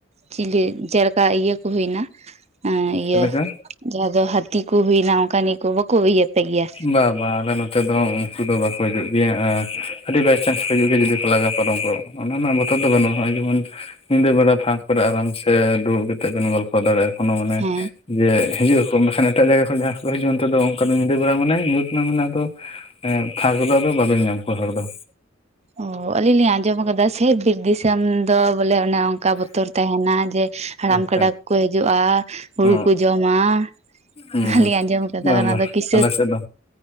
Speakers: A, on the right; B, on the left.
A: ᱪᱤᱞᱤ ᱡᱮ ᱞᱮᱠᱟ? ᱚᱱᱠᱟ ᱤᱭᱟᱹ ᱠᱚ ᱦᱩᱭᱱᱟ ᱮ
B: ᱪᱮᱫ
A: ᱤᱭᱟᱹ
B: ᱞᱮᱠᱟ
A: ᱡᱟᱦᱟᱸ ᱫᱚ ᱦᱟᱹᱛᱤ ᱠᱚ ᱦᱩᱭᱱᱟ ᱚᱱᱠᱟᱱ ᱤᱭᱟᱹ ᱠᱚ ᱵᱟᱠᱚ ᱤᱭᱟᱹ ᱯᱮ ᱜᱮᱭᱟ
B: ᱵᱟ ᱵᱟ ᱟᱞᱮ ᱱᱚᱛᱮ ᱱᱚᱛᱮ ᱫᱚ ᱩᱱᱠᱩ ᱫᱚ ᱵᱟᱠᱚ ᱦᱤᱡᱩᱜ ᱜᱮᱭᱟ ᱟᱨ ᱟᱹᱰᱤ ᱵᱟᱭᱪᱟᱱᱥ ᱦᱤᱡᱩᱜ ᱜᱮᱭᱟ ᱡᱩᱫᱤ ᱠᱚ ᱞᱟᱜᱟ ᱯᱟᱨᱚᱢ ᱠᱚ ᱾ ᱚᱱᱟ ᱨᱮᱱᱟᱜ ᱵᱚᱛᱚᱨ ᱫᱚ ᱵᱟᱹᱱᱩᱜᱼᱟ ᱱᱚᱜᱼᱚᱭ ᱡᱮᱢᱚᱱ ᱧᱤᱫᱟᱹ ᱵᱮᱲᱟ ᱯᱷᱟᱸᱠ ᱠᱚᱨᱮ ᱟᱨᱟᱢ ᱥᱮ ᱫᱩᱲᱩᱵ ᱠᱟᱛᱮ ᱵᱮᱱ ᱜᱚᱞ ᱫᱟᱲᱮᱼᱟ ᱠᱚᱱᱳ ᱢᱟᱱᱮ
A: ᱦᱮᱸ
B: ᱡᱮ ᱦᱤᱡᱩᱜ ᱟᱠᱚ ᱢᱮᱱᱠᱷᱟᱱ ᱮᱴᱟᱜ ᱡᱟᱭᱜᱟ ᱠᱷᱚᱱ ᱡᱟᱦᱟᱸ ᱦᱤᱡᱩᱜ ᱚᱱᱛᱮ ᱫᱚ ᱚᱱᱠᱟ ᱫᱚ ᱧᱤᱫᱟᱹ ᱵᱮᱲᱟ ᱢᱟᱱᱮ ᱧᱩᱛ ᱮᱱᱟ ᱢᱟᱱᱮ ᱟᱫᱚ ᱯᱷᱟᱸᱠ ᱨᱮᱫᱚ ᱟᱫᱚ ᱵᱟᱵᱮᱱ ᱧᱟᱢ ᱠᱚᱣᱟ ᱦᱚᱲ ᱫᱚ ᱾
A: ᱚ ᱟᱹᱞᱤᱧ ᱞᱤᱧ ᱟᱸᱡᱚᱢ ᱟᱠᱟᱫᱟ ᱥᱮ ᱵᱤᱨ ᱫᱤᱥᱚᱢ ᱫᱚ ᱵᱚᱞᱮ ᱚᱱᱮ ᱚᱱᱠᱟ ᱵᱚᱛᱚᱨ ᱛᱟᱦᱮᱱᱟ ᱡᱮ ᱦᱟᱲᱟᱢ
B: ᱟᱪᱪᱷᱟ
A: ᱠᱟᱰᱟ ᱠᱚᱠᱚ ᱦᱤᱡᱩᱜᱼᱟ ᱦᱩᱲᱩ
B: ᱚ
A: ᱠᱚ ᱡᱚᱢᱟ
B: ᱦᱩᱸ
A: ᱚᱱᱟᱞᱤᱧ
B: ᱦᱩᱸ
A: ᱟᱸᱡᱚᱢ ᱟᱠᱟᱫᱟ
B: ᱵᱟ
A: ᱚᱱᱟ
B: ᱵᱟ
A: ᱫᱚ ᱠᱤᱥᱟᱹ
B: ᱟᱞᱮ ᱥᱮ ᱫᱚ